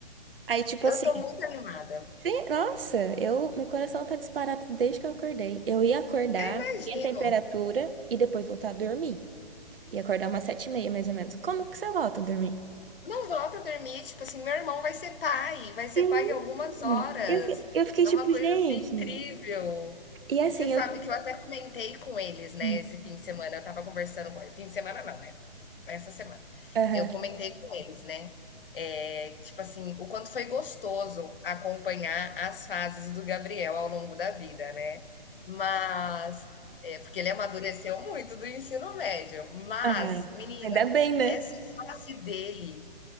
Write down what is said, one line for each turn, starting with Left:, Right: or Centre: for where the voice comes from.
Right: Aí, tipo
Left: eu
Right: assim,
Left: tô muito animada.
Right: Sim, nossa, eu, meu coração tá disparado desde que eu acordei. Eu ia acordar,
Left: Imagino,
Right: subir a temperatura e depois voltar a dormir. Ia acordar umas sete e meia, mais ou menos. Como que você volta a dormir?
Left: Não volta a dormir, tipo assim, meu irmão vai ser pai, vai ser
Right: Sim.
Left: pai em algumas horas.
Right: Eu, fi- eu fiquei
Left: É
Right: tipo,
Left: uma coisa
Right: gente.
Left: assim incrível.
Right: E assim,
Left: E você sabe
Right: eu.
Left: que eu até comentei com eles, né,
Right: Hum.
Left: esse fim de semana, eu estava conversando com eles. fim de semana não, né, essa semana.
Right: Aham.
Left: Eu comentei com eles, né, eh, tipo assim, o quanto foi gostoso acompanhar as fases do Gabriel ao longo da vida, né. Mas, eh, porque ele amadureceu muito do ensino médio, mas
Right: Ah,
Left: menina,
Right: ainda bem, né?
Left: essa fase dele